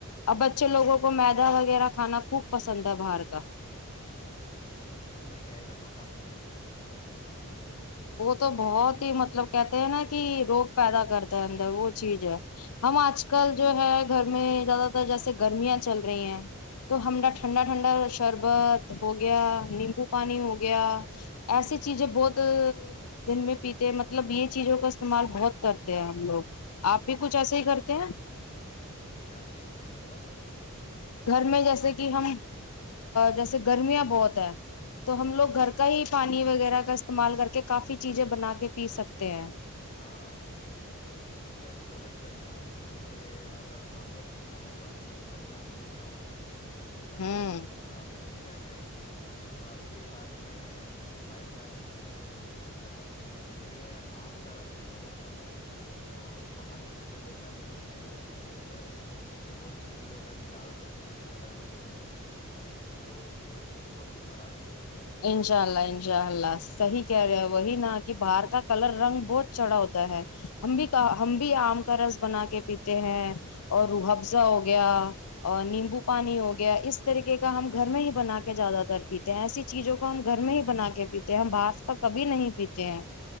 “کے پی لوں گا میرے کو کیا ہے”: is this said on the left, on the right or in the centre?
Left